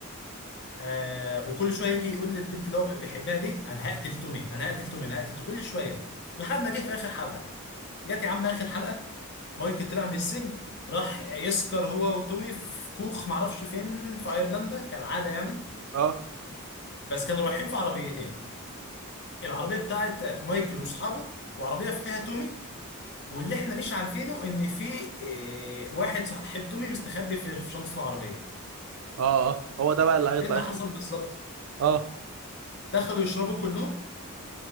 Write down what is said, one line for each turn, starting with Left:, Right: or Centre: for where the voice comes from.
Left: آه وكل شويه يجي يقول للبنت اللي هو بيحبها دي انا هقتل تومي انا هقتل تومي انا هقتل تومي كل شويه لحد ما جه في اخر حلقه جت يا عم اخر حلقه مايكل طلع من السجن راح يسكر هو وتومي في كوخ معرفش فين في ايرلندا كالعاده يعني
Right: اه
Left: بس كانوا رايحين في عربيتين العربية بتاعت مايكل واصحابه وعربية فيها تومي واللي احنا مش عارفينه ان في آه، واحد صاحب تومي مستخبي في في شنطة العربية
Right: اه اه هو ده بقى اللي هيطلع
Left: ايه اللي
Right: يخرب
Left: حصل
Right: الدنيا
Left: بالظبط
Right: اه
Left: دخلوا يشربوا كلهم